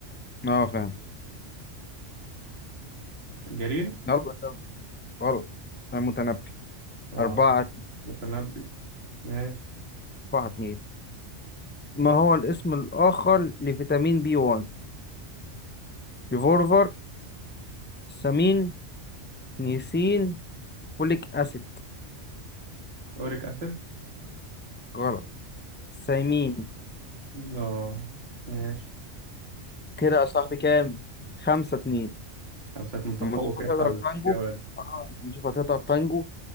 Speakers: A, on the left (about 20°); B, on the right (about 55°).
A: اه فاهم
B: جرير
A: يلا يلا. غلط المتنبي
B: آه
A: أربعة
B: متنبي ماشي
A: أربعة اتنين ما هو الاسم الآخر لفيتامين بي 1 ريفولفر سامين نيسين فوليك أسيد
B: أوريك أسيد
A: غلط سيمين
B: آه ماشي
A: كده يا صاحبي كام خمسة اتنين
B: خمسة متفوق
A: الماتش هتقدر
B: انت الجولة
A: تانجو
B: دي
A: اه نشوف هتقدر تانجو